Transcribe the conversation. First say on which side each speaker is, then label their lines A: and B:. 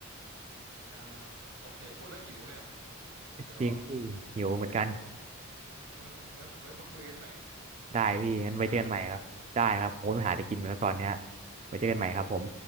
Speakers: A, on the right; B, on the right.
A: อ่าโอเค พูดแล้วหิวเลยอ่ะ เดี๋ยว
B: จริงพี่หิวเหมือนกัน
A: เออ ไว้ไว้มาคุยกันใหม่
B: ได้พี่งั้นไว้เจอกันใหม่ครับได้ครับผมไปหาอะไรกินมาแล้วตอนเนี้ย
A: ไปหาอะไรกินก่อน
B: ไว้เจอกันใหม่ครับผม